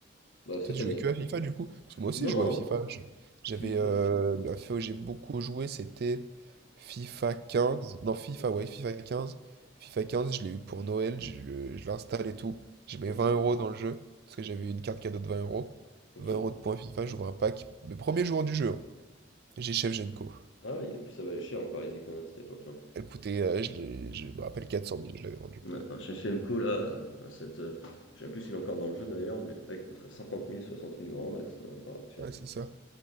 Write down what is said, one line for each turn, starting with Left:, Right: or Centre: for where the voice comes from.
Left: Bah, cette
Right: Toi, tu
Left: année.
Right: jouais que à FIFA du coup? Parce que moi aussi,
Left: Non!
Right: je jouais à FIFA. Je- J'avais
Left: FIFA.
Right: euh, la fois où j'ai beaucoup joué, c'était FIFA quinze Non, FIFA,
Left: OK.
Right: ouais, FIFA quinze FIFA quinze je l'ai eu pour Noël, je le- je l'installe et tout. J'ai mis
Left: Mmh
Right: 20 euros dans le jeu, parce que j'avais eu une carte cadeau de 20 euros.
Left: OK.
Right: vingt euros de points FIFA, j'ouvre un pack. Le premier jour du jeu, hein. J'ai Chef Genko.
Left: Ah oui, en plus ça valait cher encore les icônes à cette époque-là.
Right: Elle coûtait, euh, je, l'ai- je me rappelle, quatre cent mille je l'avais vendu.
Left: Ouais, un CFMCO là, à cette, heu, je sais même plus s'il est encore dans le jeu d'ailleurs, mais là il coûterait 50 mille 60 000 grand max, hein, à l'heure actuelle.
Right: Ouais, c'est ça.